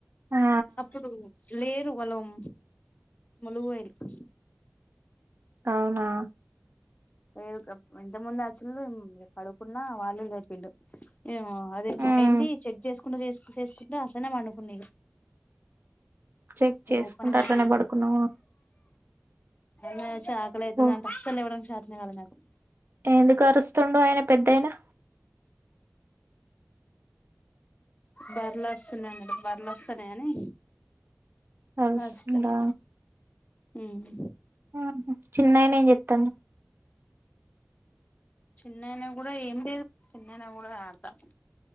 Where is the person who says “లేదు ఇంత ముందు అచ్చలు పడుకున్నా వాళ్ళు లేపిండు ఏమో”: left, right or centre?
Left